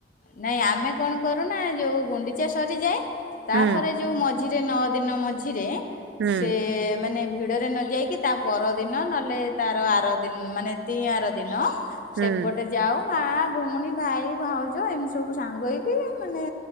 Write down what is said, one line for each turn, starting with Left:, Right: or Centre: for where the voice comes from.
Left: ନାଇଁ ଆମେ କଣ କରୁନା ଯୋଉ ଗୁଣ୍ଡିଚା ସରିଯାଏ ତାପରେ
Right: ହୁଁ
Left: ଯୋଉ ମଝିରେ ନଅ ଦିନ ମଝିରେ
Right: ହୁଁ
Left: ସେ ମାନେ ଭିଡ଼ରେ ନ ଯା ଯାଇକି ତା ପରଦିନ ନହେଲେ ତାର ଆର ଦିନ ମାନେ ତି ଆର ଦିନ
Right: ହୁଁ
Left: ସେପଟେ ଯାଉ ମା ଭଉଣୀ ଭାଇ ଭାଉଜ ଏମିତି ସବୁ ସାଙ୍ଗ ହେଇକି ମାନେ